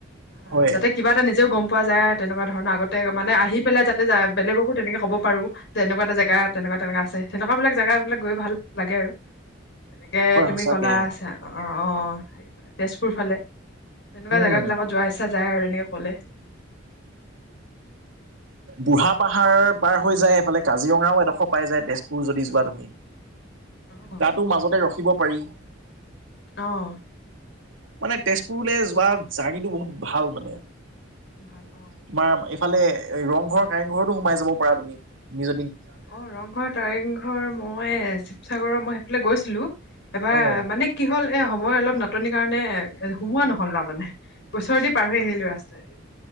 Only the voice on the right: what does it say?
হয়
হয়
সঁচাকে
উম
বুঢ়া পাহাৰ পাৰ হৈ যায় এইফালে কাজিৰঙাও এডোখৰ পাই যায় তেজপুৰ যদি যোৱা তুমি।
তাতো মাজতে ৰখিব পাৰি
মানে তেজপুৰলৈ যোৱা জাৰ্ণিটো বহুত ভাল মানে।
তোমাৰ এইফালে ৰংঘৰ কাৰেংঘৰতো সোমাই যাব পাৰা। তুমি নিজ
অ